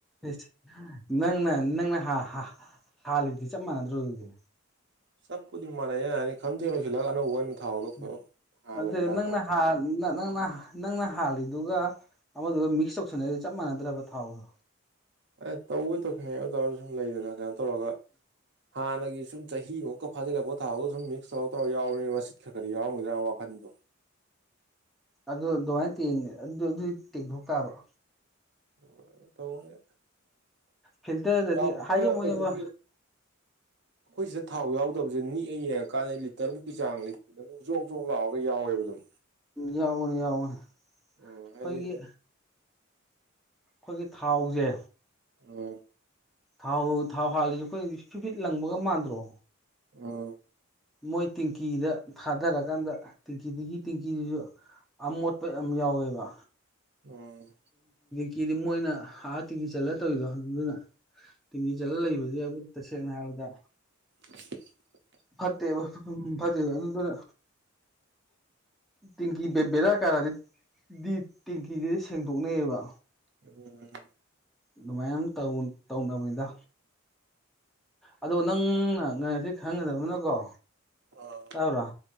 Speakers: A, in the centre; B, on the right.
A: ꯏꯁ ꯅꯪꯅ ꯅꯪꯅ ꯍꯥꯜꯂꯤꯗꯤ ꯆꯞ ꯃꯥꯟꯅꯗ꯭ꯔꯣ ꯗꯨꯗꯤ
B: ꯆꯞꯄꯨꯗꯤ ꯃꯥꯟꯅꯩꯌꯦ <unintelligible> ꯈꯝꯊꯦꯡꯅ ꯂꯣꯏꯁꯤꯂꯒ ꯑꯅꯧꯕ ꯑꯣꯏꯅ ꯊꯥꯎꯗꯣ
A: <unintelligible>
B: ꯍꯥꯜꯂꯁꯤꯔꯥ
A: ꯅꯪꯅ
B: ꯀꯥꯏ
A: <unintelligible> ꯅꯪꯅ ꯅꯪꯅ ꯍꯥꯜꯂꯤꯗꯨꯒ ꯑꯃꯗꯨꯒ ꯃꯤꯛꯁ ꯇꯧꯁꯟꯅꯩꯗꯣ ꯆꯞ ꯃꯥꯟꯅꯗ꯭ꯔꯕ ꯊꯥꯎꯗꯣ
B: ꯑꯦ ꯇꯧꯕ <unintelligible> ꯑꯗꯨ ꯇꯥꯔꯁꯨ ꯁꯨꯝ ꯂꯩꯗꯅ <unintelligible> ꯇꯧꯔꯒ ꯍꯥꯟꯅꯒꯤ ꯁꯨꯝ ꯆꯍꯤꯃꯨꯛꯀ ꯐꯥꯖꯤꯜꯂꯛꯄ ꯊꯥꯎꯗꫭ ꯁꯨꯝ‌ ꯃꯤꯛꯁ ꯇꯧ ꯇꯧꯔ ꯌꯥꯎꯔꯦꯕ <unintelligible> ꯋꯥꯈꯟꯗꯣ
A: ꯑꯗꯨ ꯑꯗꯨꯝꯃꯥꯏꯅ ꯇꯦꯡꯉꯦ ꯑꯗꯨ ꯑꯗꯨꯗꯤ ꯇꯦꯡꯊꯣꯛ ꯇꯥꯕ
B: <unintelligible>
A: ꯐꯤꯜꯇꯔꯗꯗꯤ
B: <unintelligible>
A: ꯍꯥꯏꯖꯕꯋꯥꯅꯦꯕ
B: ꯀꯩꯅꯣꯒꯤ ꯑꯈꯣꯏꯁꯤ ꯊꯥꯎ ꯌꯥꯎꯗꯕꯁꯦ ꯅꯤꯛꯑ ꯌꯦꯡꯉꯀꯥꯟꯗ ꯂꯤꯇꯔꯃꯨꯛꯀꯤ ꯆꯥꯡ <unintelligible> ꯑꯗꯨꯝ ꯖꯣꯛ ꯖꯣꯛ ꯂꯥꯎꯋꯒ ꯌꯥꯎꯋꯦꯕ ꯑꯗꯨꯝ
A: ꯌꯥꯎꯕꯅꯦ ꯌꯥꯎꯕꯅꯦ
B: ꯑꯣ
A: ꯑꯈꯣꯏꯒꯤ
B: ꯍꯥꯏꯗꯤ
A: ꯈꯣꯏꯒꯤ ꯊꯥꯎꯖꯦ
B: ꯑꯪ
A: ꯊꯥꯎ ꯊꯥꯎ ꯍꯥꯜꯂꯤꯁꯦ ꯑꯩꯈꯣꯏ ꯐꯤꯠ ꯐꯤꯠ ꯂꯪꯕꯒ ꯃꯥꯟꯗ꯭ꯔꯣ
B: ꯑꯧ
A: ꯃꯣꯏ ꯇꯦꯡꯀꯤꯗ ꯊꯥꯗꯔꯀꯥꯟꯗ ꯇꯦꯡꯀꯤꯒꯤ ꯇꯦꯡꯀꯤꯗꯨꯁꯨ ꯑꯃꯣꯠꯄ ꯌꯥꯝ ꯌꯥꯎꯋꯦꯕ
B: ꯎꯝ
A: ꯁꯤꯗꯤ ꯃꯣꯏꯅ ꯑꯥ ꯇꯦꯡꯀꯤ ꯆꯜꯂ ꯇꯧꯔꯤꯗꯣ ꯑꯗꯨꯅ ꯇꯤꯡꯀꯤ ꯆꯠꯂꯒ ꯂꯩꯕꯁꯦ ꯑꯈꯣꯢ ꯇꯁꯦꯡꯅ ꯍꯥꯏꯔꯕꯗ
B: <inaudible>
A: ꯐꯠꯇꯦꯕ ꯐꯠꯇꯦꯕ ꯑꯗꯨꯗꯨꯅ ꯇꯦꯡꯀꯤ ꯕꯦ ꯕꯦ ꯕꯦꯔꯥ ꯀꯥꯔꯛꯑꯗꯤ ꯗꯤ ꯇꯦꯡꯀꯤꯒꯁꯦ ꯁꯦꯡꯗꯣꯛꯅꯩꯑꯕ
B: ꯎꯝ
A: ꯑꯗꯨꯃꯥꯏ ꯑꯝ ꯇꯧ ꯇꯧꯅꯕꯅꯤꯗ ꯑꯗꯣ ꯅꯪꯅ ꯉꯁꯤ ꯈꯪꯒꯗꯕꯅꯀꯣ
B: ꯑꯥ
A: ꯇꯕ꯭ꯔꯥ